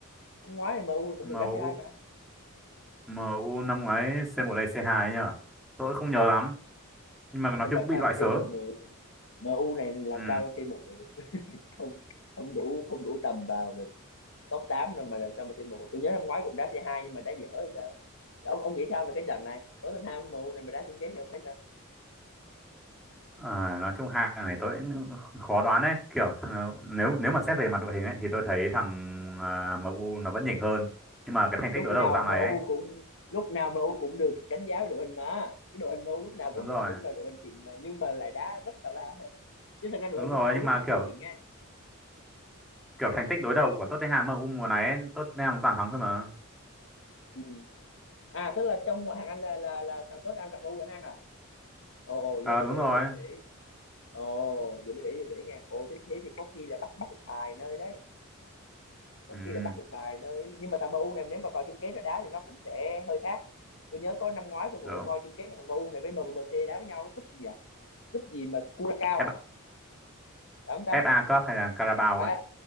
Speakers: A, on the left (about 65°); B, in the centre.
A: Năm ngoái thì MU cũng
B: em
A: được
B: u
A: đá C2 mà.
B: MU u năm ngoái c một đây c hai ấy nhở tôi không nhớ lắm nhưng mà nói
A: Không
B: chung
A: làm
B: cũng bị
A: sao
B: loại
A: mà
B: sớm
A: C1 được. MU này làm
B: ừ
A: sao C1 được. Không, không đủ, không đủ tầm vào được. top 8 rồi mà làm sao mà chơi một? tôi nhớ năm ngoái cũng đá C2 nhưng mà đá dở hay sao ông ông nghĩ sao về cái trận này Tottenham MU này mà đá chung kết thì ông thấy sao
B: à, nói chung hai thằng này tôi cũng khó đoán đấy kiểu thằng- nếu nếu mà xét về mặt đội hình ấy thì tôi thấy thằng à, em u nó vẫn nhỉnh hơn nhưng mà cái thành
A: lúc
B: tích đối đầu dạo
A: nào
B: này
A: MU
B: ấy
A: cũng lúc nào MU cũng được đánh giá về đội hình mà cái đội hình MU lúc nào
B: đúng rồi
A: cũng cũng là đội hình xịn mà nhưng mà lại đá rất tào lao hơn chứ thật ra đội
B: đúng
A: hình
B: rồi
A: lúc MU
B: nhưng
A: lúc
B: mà
A: nào cũng
B: kiểu
A: là xịn nha
B: kiểu thành tích đối đầu của Tottenham ở U mùa này ấy, Tottenham toàn thắng thôi mà
A: ừ. à tức là trong ngoại hạng Anh là là là thằng Tottenham gặp MU đánh ăn à ồ ồ,
B: ờ
A: giờ mới
B: đúng
A: để
B: rồi
A: ý giờ mới để ý ồ giờ mới để ý giờ mới để ý nha ồ thế thế thì có khi là bắt bắt được bài nơi đấy có
B: ừ
A: khi là bắt được bài nơi nhưng mà thằng MU này nếu mà vào chung kết nó đá thì nó cũng sẽ hơi khác tôi nhớ có năm ngoái tôi ngồi
B: được
A: tôi coi chung kết mà thằng MU này với MMC đá với nhau cái cúp gì à cúp gì mà Curacao
B: F-
A: à phải không ta
B: FA Cup hay là Carabao
A: à
B: ấy